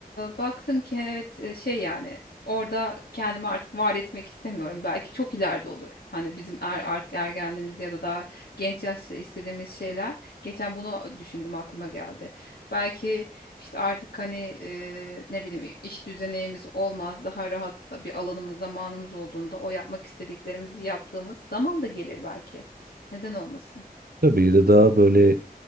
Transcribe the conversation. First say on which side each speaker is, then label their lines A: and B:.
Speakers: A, on the left; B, on the right.
A: baktım ki evet e, şey yani orada kendimi artık var etmek istemiyorum. Belki çok ileride olur. Hani bizim er, artık ergenliğimiz ya da daha genç yaşta istediğimiz şeyler. Geçen bunu düşündüm aklıma geldi. Belki işte artık hani e, ne bileyim iş düzenimiz olmaz daha rahat bir alanımız zamanımız olduğunda o yapmak istediklerimizi yaptığımız zaman da gelir belki. Neden olmasın?
B: Tabii de daha böyle